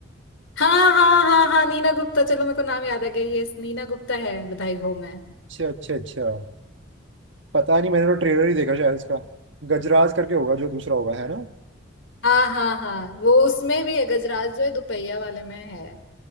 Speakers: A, on the left; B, on the right.
A: हाँ हाँ हाँ हाँ नीना गुप्ता चलो मेरे को नाम याद आ गया ये नीना गुप्ता है बधाई हो मैं
B: अच्छा अच्छा अच्छा पता नहीं मैंने तो ट्रेलर ही देखा शायद इसका गजराज करके होगा जो दूसरा होगा है ना
A: हाँ हाँ हाँ वो उसमें भी है गजराज जो है दोपहिया वाले में है